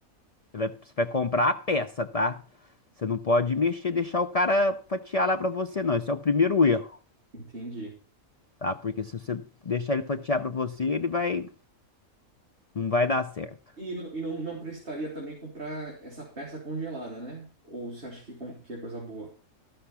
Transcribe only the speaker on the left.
Você vai, você vai comprar a peça, tá? Você não pode mexer, deixar o cara fatiar lá pra você, não. Esse é o primeiro erro,
tá? Porque se você deixar ele fatiar pra você, ele vai, não vai dar certo.